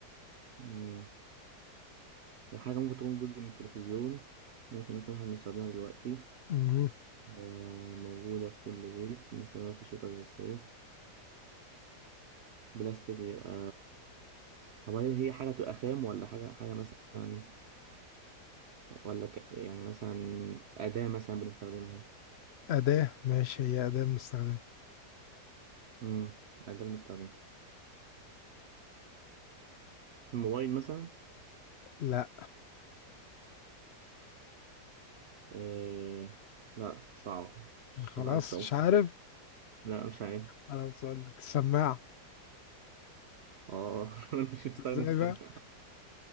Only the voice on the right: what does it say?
مم. وحاجة ممكن تكون جزء من التلفزيون ممكن نكون إحنا بنستخدمها دلوقتي
آه، موجودة في كل بيت بنستخدمها في الشتاء زي الصيف بلاستيك بيبقى طب هل هي حاجة بتبقى خام ولا حاجة حاجة مثلا ولا ك... يعني مثلا أداة مثلا بنستخدمها
امم أداة بنستخدمها الموبايل مثلا
آه... لا صعب مش
معرفش أوصل
لا مش عارف
اه <laughs> مش مستخدم
سماعة